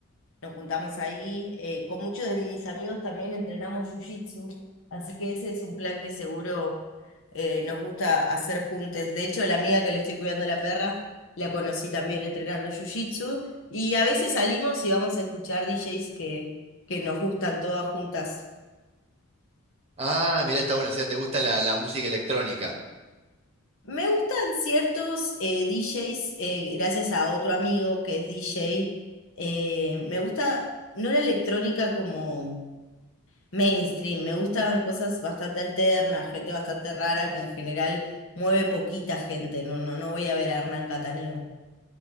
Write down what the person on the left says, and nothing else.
nos juntamos ahí. eh, con muchos de mis amigos también entrenamos jiu-jitsu, así que ese es un plan que seguro eh, nos gusta hacer juntos. De hecho, la amiga que le estoy cuidando a la perra, la conocí también entrenando jiu-jitsu. Y a veces salimos y vamos a escuchar DJs que, que nos gustan todas juntas.
Me gustan ciertos eh, DJs, eh, gracias a otro amigo que es DJ. eh, me gusta, no la electrónica como mainstream. Me gustan cosas bastante alternas, gente bastante rara que en general mueve poquita gente. No, no, no voy a ver a Hernán Cataneo.